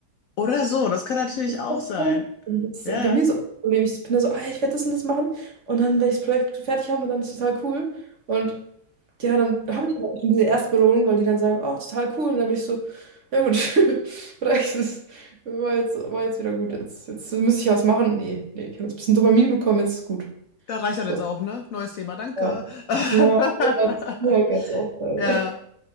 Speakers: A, on the left; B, on the right.
A: oder so, das kann natürlich
B: draufhauen.
A: auch sein.
B: Also das,
A: Ja,
B: ist bei
A: ja.
B: mir so auch Problem. Ich bin da so, ah ja, ich werde das und das machen. Und dann werde ich das Projekt fertig haben und dann ist es total cool. Und ja, dann habe ich aber schon diese Erstbelohnung, weil die dann sagen, oh, total cool. Und dann bin ich so, ja gut, <laughs> reicht es. War jetzt, war jetzt wieder gut. Jetzt, jetzt müsste ich was machen. Nee, nee, ich habe jetzt ein bisschen Dopamin bekommen, jetzt ist gut.
A: Ja, reicht dann
B: So.
A: jetzt auch, ne? Neues Thema, danke.
B: Ja.
A: <laughs>
B: Ja, das ist mir halt ganz oft. Leider.
A: Ja.